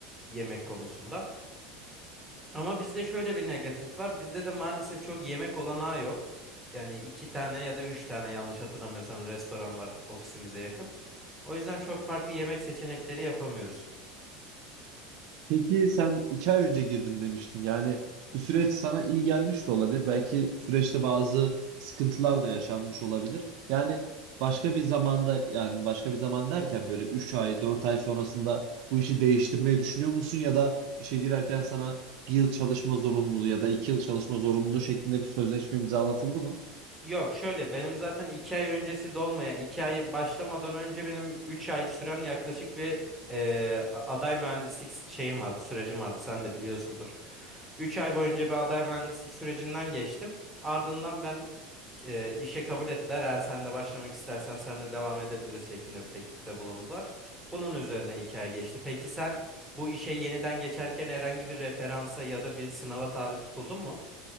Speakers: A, in the centre; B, on the right.
A: yemek konusunda. Ama bizde şöyle bir negatif var. Bizde de maalesef çok yemek olanağı yok. Yani iki tane ya da üç tane yanlış hatırlamıyorsam restoran var ofisimize yakın. O yüzden çok farklı yemek seçenekleri yapamıyoruz.
B: Peki sen iki ay önce girdim demiştin. Yani bu süreç sana iyi gelmiş de olabilir. Belki süreçte bazı sıkıntılar da yaşanmış olabilir. Yani başka bir zamanda yani başka bir zaman derken böyle 3 ay 4 ay sonrasında bu işi değiştirmeyi düşünüyor musun? Ya da işe girerken sana bir yıl çalışma zorunluluğu ya da iki yıl çalışma zorunluluğu şeklinde bir sözleşme imzalatıldı mı?
A: Yok şöyle benim zaten iki ay öncesi dolmaya iki ay başlamadan önce benim üç ay süren yaklaşık bir eee, a- aday mühendislik s- şeyim vardı sürecim vardı sen de biliyorsundur. Üç ay boyunca bir aday mühendislik sürecinden geçtim. Ardından ben e, işe kabul ettiler. Eğer sen de başlamak istersen senle devam edebiliriz şeklinde bir teklifte bulundular. Bunun üzerine iki ay geçti. Peki sen bu işe yeniden geçerken herhangi bir referansa ya da bir sınava tabi tutuldun mu?